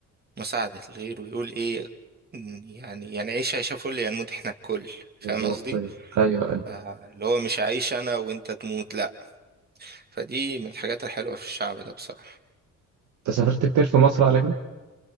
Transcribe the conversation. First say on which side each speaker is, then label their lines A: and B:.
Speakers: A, on the right; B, on the right.
A: مساعدة الغير ويقول ايه م، يعني يعني عيش عيش فل ينموت احنا الكل فاهم
B: بالظبط
A: قصدي؟
B: كده ايوه ايوه
A: فاللي هو مش عايش انا وانت تموت لا فدي من الحاجات الحلوة في الشعب ده بصراحة
B: انت سافرت كتير في مصر على كده